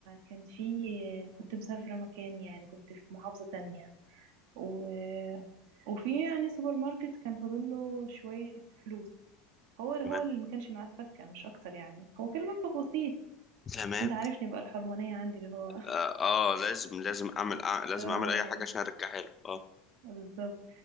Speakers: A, on the right; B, on the left.
A: كان في كنت مسافره مكان يعني كنت في محافظه تانية و... وفي يعني سوبر ماركت كان فاضل له شوية فلوس هو هو
B: تمام
A: اللي ما كانش معاه فكة مش أكتر يعني هو كان مبلغ بسيط
B: تمام
A: بس أنت عارفني بقى الحرمانية عندي اللي هو
B: اه آه، لازم لازم اعمل آه،
A: <laughs>
B: لازم
A: آه
B: اعمل اي حاجه عشان ارجعها له اه
A: بالظبط